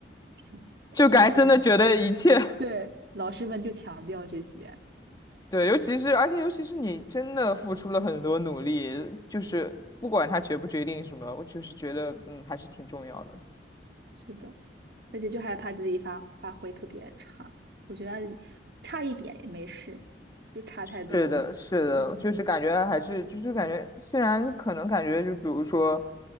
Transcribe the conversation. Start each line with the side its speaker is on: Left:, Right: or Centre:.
Right: 就什么一生，
Left: 就感觉真的觉得一切，
Right: 对，老师们就强调这些，
Left: 对，尤其是而且尤其是你真的付出了很多努力，就是不管他决不决定什么，我就是觉得嗯还是挺重要的。
Right: 是的，而且就害怕自己发发挥特别差，我觉得差一点也没事，就差太多，
Left: 是的，是的，
Right: 嗯，
Left: 就是感觉还是就是感觉，虽然可能感觉就比如说，